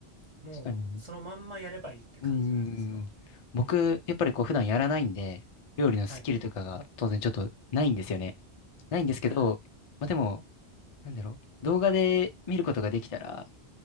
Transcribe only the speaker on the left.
確かに。うんうんうん。僕、やっぱりこう、普段やらないんで、料理のスキルとかが当然ちょっとないんですよね。
ないんですけど、
まあ、でも、なんだろう。動画で見ることができたら、